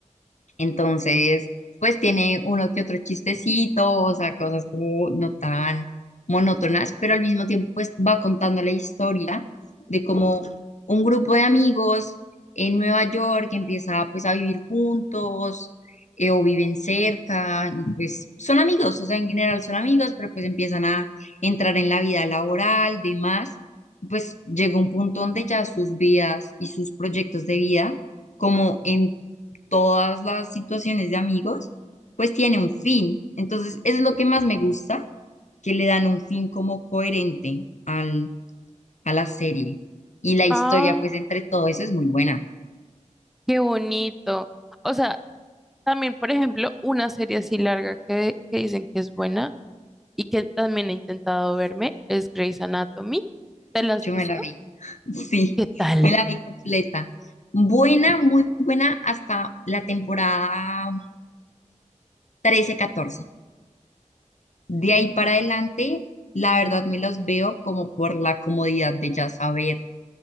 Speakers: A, on the left (about 65°); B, in the centre.
A: Entonces, pues tiene uno que otro chistecito, o sea, cosas como no tan monótonas, pero al mismo tiempo pues va contando la historia de cómo un grupo de amigos en Nueva York empieza pues a vivir juntos eh, o viven cerca y pues son amigos, o sea, en general son amigos, pero pues empiezan a entrar en la vida laboral, demás, pues llega un punto donde ya sus vidas y sus proyectos de vida como en todas las situaciones de amigos, pues tiene un fin. Entonces, eso es lo que más me gusta, que le dan un fin como coherente al, a la serie. Y la historia,
B: Ah,
A: pues entre todo eso es muy buena.
B: Qué bonito. O sea, también, por ejemplo, una serie así larga que, que dicen que es buena y que también he intentado verme es Grey's Anatomy. ¿Te la has
A: Yo
B: visto?
A: me la vi, <laughs> sí,
B: ¿Qué tal?
A: me la vi completa. Buena, muy buena hasta la temporada trece catorce. De ahí para adelante, la verdad me los veo como por la comodidad de ya saber